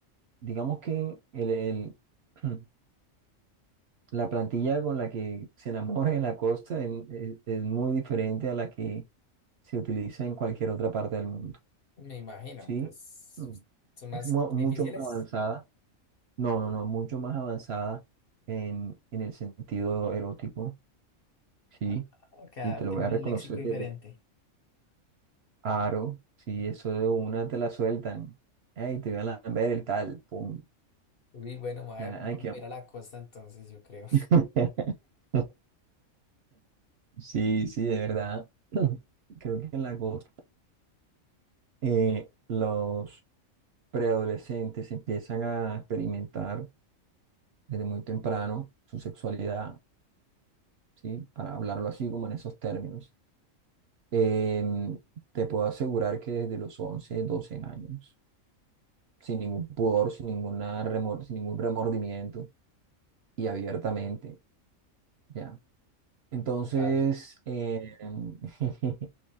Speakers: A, on the right; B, on the left.
A: digamos que el, el- <clears throat> la plantilla con la que se enamora en la costa es, es- es muy diferente a la que se utiliza en cualquier otra parte del mundo,
B: me imagino,
A: ¿sí?
B: pues
A: Mm.
B: son más
A: Es mu-
B: co-
A: mucho
B: difíciles.
A: más avanzada, no, no, no, mucho más avanzada en, en el sentido erótico, ¿sí?
B: Ah, ok,
A: Y te lo
B: tienen
A: voy a reconocer
B: un léxico
A: desde
B: diferente.
A: aro. Si eso de una te la sueltan. Ay, te voy a ver el tal. Pum.
B: Uy, bueno, ma-
A: Ay,
B: vamos
A: qué amor.
B: a ir a la costa entonces, yo creo.
A: <laughs> Sí, sí, de verdad. <clears throat> Creo que en la cosa, eh, los preadolescentes empiezan a experimentar desde muy temprano su sexualidad, ¿sí? Para hablarlo así como en esos términos. Em, te puedo asegurar que desde los 11 12 años, sin ningún pudor, sin ninguna remor- sin ningún remordimiento, y abiertamente, ¿ya? Entonces,
B: <laughs> Vale.
A: eh, <laughs>